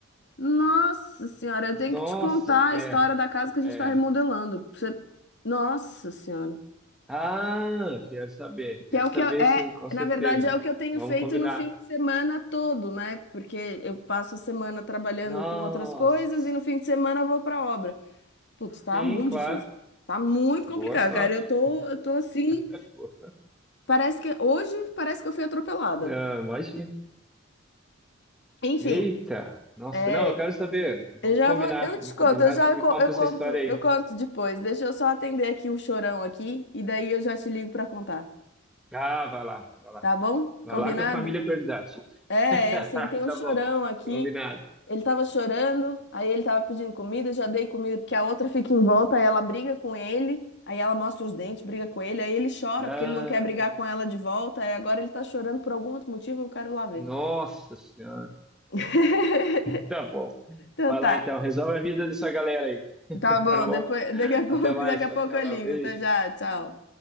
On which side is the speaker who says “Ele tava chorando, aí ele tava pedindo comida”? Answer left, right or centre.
Left